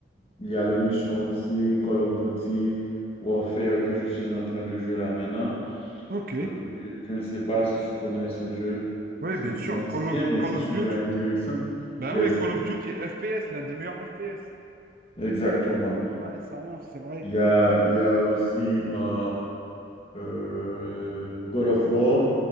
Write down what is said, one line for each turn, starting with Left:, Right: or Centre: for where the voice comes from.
Left: il y a les missions aussi, Call of Duty, Warfare, que je suis en train de jouer là maintenant.
Right: Ok,
Left: Euh, puis, je ne sais pas si tu connais ce jeu.
Right: oui,
Left: C'est
Right: bien sûr.
Left: c'est ancien,
Right: Call of,
Left: mais
Right: Call
Left: c'est
Right: of
Left: super
Right: Duty,
Left: intéressant.
Right: Ben
Left: Yes,
Right: oui, Call of Duty FPS, l'un des meilleurs FPS.
Left: exactement.
Right: Ouais, ça marche, c'est vrai.
Left: Il y a, il y a aussi euh, euh, God of War.